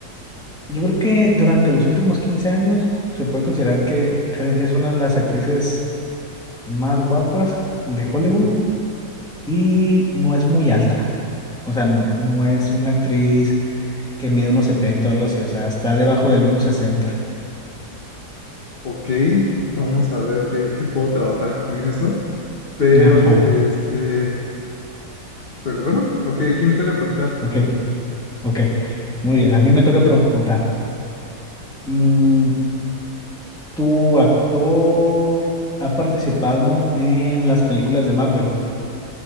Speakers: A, in the centre; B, on the left.
A: yo creo que durante los últimos 15 años se puede considerar que eh, es una de las actrices más guapas de Hollywood y no es muy alta. O sea, n- no es una actriz que mide unos 70 o algo así, o sea, está debajo del uno sesenta.
B: Ok, vamos a ver qué, qué puedo trabajar con eso, pero,
A: Ajá.
B: este, pero bueno, ok, ¿quién le toca preguntar?
A: Ok, ok. Muy bien, a mí me toca preguntar. Mm, ¿tu actor ha participado en las películas de Marvel?